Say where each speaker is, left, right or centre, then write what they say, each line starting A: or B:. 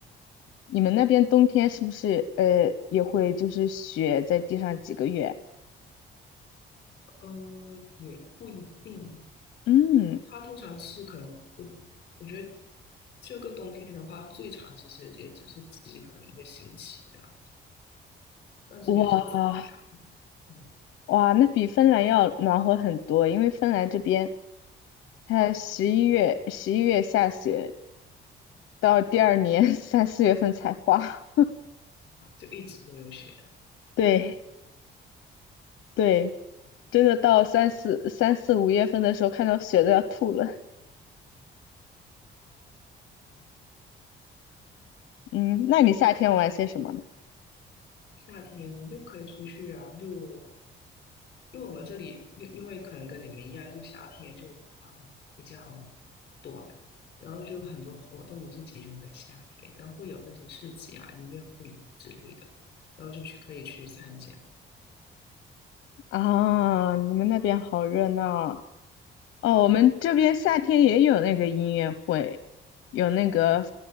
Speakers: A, on the left; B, on the left.
A: 你们那边冬天是不是呃也会就是雪在地上几个月？
B: 呃，也不一定，
A: 嗯，
B: 它通常是可能我我觉得这个冬天的话，最长其实也只是积可能一个星期这样子，但是也是走了两，
A: 哇
B: 嗯，
A: 哇，那比芬兰要暖和很多，因为芬兰这边它十一月十一月下雪，到第二年 <laughs> 三四月份才化。
B: 就一直都有雪。
A: <laughs> 对对，真的到三四三四五月份的时候，看到雪都要吐了。嗯，那你夏天玩些什么呢？
B: 夏天就可以出去啊，就因为我们这里因因为可能跟你们一样，就夏天就啊、比较短，然后就很多活动都是集中在夏天，然后会有那些市集啊、音乐会之类的，然后就去可以去参加，
A: 啊，你们那边好热闹哦，我们这边夏天也有那个音乐会，有那个
B: <laughs> 嗯。